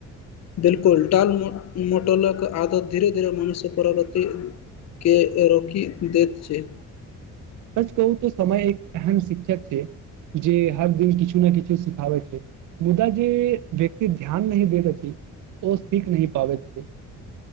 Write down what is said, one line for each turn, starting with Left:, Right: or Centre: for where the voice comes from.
Left: बिलकुल डाल मोट मोटलक आदत धीरे धीरे मनुष्य परवर्ती के रोकि दैत छै
Right: सच कहू तऽ समय एक अहम शिक्षक छै जे हर दिन किछु ने किछु सिखाबै छै मुदा जे व्यक्ति ध्यान नहि देत अछि ओ सीख नहि पाबैत छै